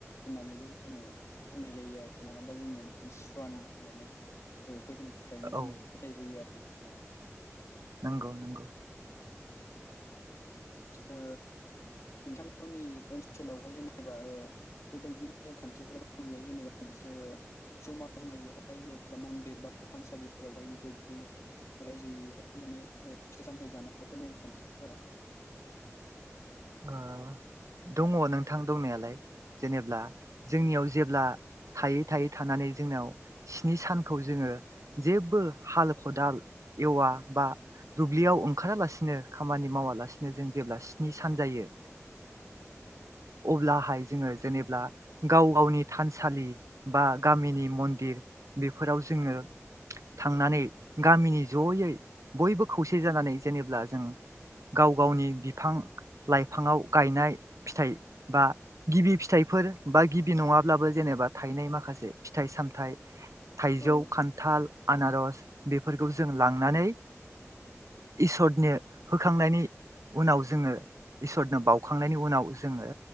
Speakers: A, on the left; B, on the right.
A: होननानैबो जोङो बुंनाय जायो आरो नङाबा जोंनियाव माने सुवा नाङो। होननानै गोदोनिफ्रायनो
B: औ
A: जोङो फोथायबोयो आरो नोंथां।
B: नंगौ नंगौ।
A: ओ नोंथांमोननि ओनसोलावहाय जेनेबा ओ बेबायदि नेमखान्थिफोरा गैया जेनेबा नोंसोर जमा जमायैहाय जेनेबा मन्दिर बा थानसालिफोरावहाय बेबायदिनो रायजोयै हाय माने ओ फिथाइ सामथाय जानायफोर नेमखान्थिफोरा
B: ओ दंङ नोंथां दंनायालाय जेनेब्ला? जोंनियाव जेब्ला थायै थायै थानानै जोंनाव स्नि सानखौ जोङो जेबो हाल खदाल एवा बा दुब्लियाव ओंखारालासिनो खामानि मावालासिनो जों जेब्ला स्नि सान जायो अब्लाहाय जोङो जेनेब्ला गाव गावनि थानसालि बा गामिनि मन्दिर बेफोराव जोङो थांनानै गामिनि जयै बयबो खौसे जानानै जेनेब्ला जों गाव गावनि बिफां लाइफाङाव गायनाय फिथाइ बा गिबि फिथाइफोर बा गिबि नङाब्लाबो जेनेबा थायनाय माखासे फिथाइ सामथाइ थाइजौ
A: औ
B: खान्थाल आनारस बेफोरखौ जों लांनानै इसोरनो होखांनायनि उनाव जोङो इसोरनो बाउखांनायनि उनाव जोङो